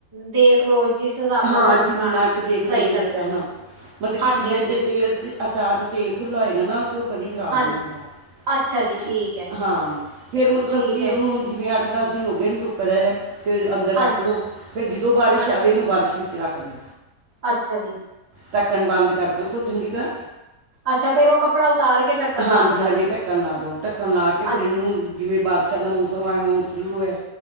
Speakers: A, on the right; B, on the right.
A: ਦੇਖਲੋ, ਜਿਸ ਹਿਸਾਬ ਨਾਲ
B: ਹਾਂ
A: ਤੁਹਾਨੂੰ
B: ਜਿੰਨਾ
A: ਪਾਣਾ,
B: ਕਿ ਦੇਖ ਲਓ
A: ਸਹੀ
B: ਵੀ
A: ਲੱਗਦਾ।
B: ਜਿਸ ਤਰ੍ਹਾਂ ਨਾ ਮਤਲਬ ਕਿ
A: ਹਾਂਜੀ
B: ਜਿ,
A: ਹਾਂਜੀ
B: ਜੇ ਤੇਲ'ਚ, ਅਚਾਰ'ਚ ਤੇਲ ਖੁੱਲਾ ਹੋਏਗਾ ਨਾ, ਤੇ ਉਹ ਕਦੀ ਖ਼ਰਾਬ
A: ਹਾਂਜੀ
B: ਨਹੀਂ ਹੋਏਗਾ,
A: ਅੱਛਾ ਜੀ ਠੀਕ
B: ਹ
A: ਹੈ
B: ਹਾਂ, ਫਿਰ ਮਤਲਬ
A: ਠੀਕ
B: ਕਿ
A: ਹੈ
B: ਉਹਨੂੰ ਜਿਵੇਂ ਅੱਠ-ਦੱਸ ਦਿਨ ਹੋ ਗਏ ਇਹਨੂੰ ਧੁੱਪ ਰਿਹਾ ਆ ਫਿਰ ਅੰਦਰ ਰੱਖ
A: ਹਾਂਜੀ
B: ਲਉ, ਫਿਰ ਜਿਦੋਂ ਬਾਰਿਸ਼
A: ਹਾਂਜੀ
B: ਆਵੇ ਇਹਨੂੰ ਬਾਰਿਸ਼ ਵੀ ਚ ਰੱਖਦੇ
A: ਅੱਛਾ ਜੀ।
B: ਢੱਕਣ ਬੰਦ ਕਰਕੇ, ਓਤੌ ਚੰਗੀ ਤਰਾਂ।
A: ਅੱਛਾ ਫੇਰ ਉਹ ਕੱਪੜਾ ਉਤਾਰ ਕੇ ਢੱਕਣ
B: ਹਾਂਜੀ
A: ਬੰਦ ਕਰ
B: -ਹਾਂਜੀ
A: ਦੋ
B: ਢੱਕਣ ਲਾ ਦੋ, ਢੱਕਣ ਲਾ ਕੇ ਫੇਰ
A: ਅ
B: ਇਹਨੂੰ ਜਿਵੇਂ, ਬਾਰਿਸ਼ਾਂ ਦਾ ਮੌਸਮ ਆਇਆ, ਹੁਣ ਸ਼ੁਰੂ ਹੈ